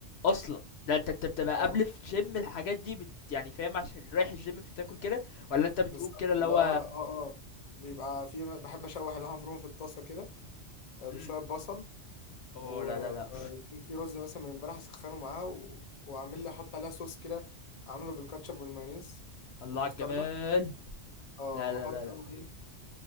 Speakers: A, on the left; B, on the left.
A: أصلًا! ده أنت أنت بتبقى
B: اه
A: قبل في الGym الحاجات دي بت يعني فاهم عشان رايح الGym فتاكل كده، والّا أنت بتقوم
B: بالظبط
A: كده اللي
B: لا
A: هو
B: اه اه بيبقى في بحب اشوح اللحمه المفرومه في الطاسه كده آه، بشويه
A: إمم،
B: بصل
A: أوه!
B: و-
A: لا، لا، لأ،
B: ويكون في رز مثلا من امبارح اسخنه معاه و... واعمل لي احط عليها صوص كده اعمله بالكاتشب والمايونيز
A: الله
B: والمستردة
A: على الجمال.
B: اه
A: لا
B: واحط
A: لا لا لا
B: بقى ايه